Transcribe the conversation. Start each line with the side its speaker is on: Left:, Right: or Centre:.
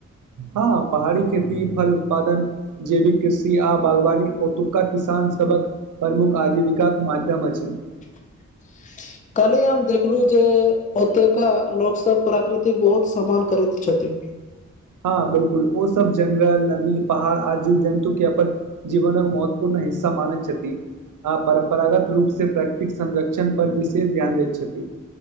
Right: हँ, पहाड़ी खेती फल उत्पादन जैविक कृषि आ बागवानी ओतुका किसान। सभक प्रमुख आजीविका माध्यम अछि।
Left: <unintelligible> कले हम देखलहु जे, ओतुका लोक सब प्रकृतिक बहुत सम्मान करैत छथिन। <unintelligible>
Right: हँ बिल्कुल, ओ सब जंगल, नदी, पहाड़ आ जीव-जन्तु के अपन जीवन महत्वपूर्ण हिस्स। हिस्सा मनैत छथि, आ परम्परागत रूप से प्रकृतिक संरक्षण पर विशेष ध्यान दैत छथि।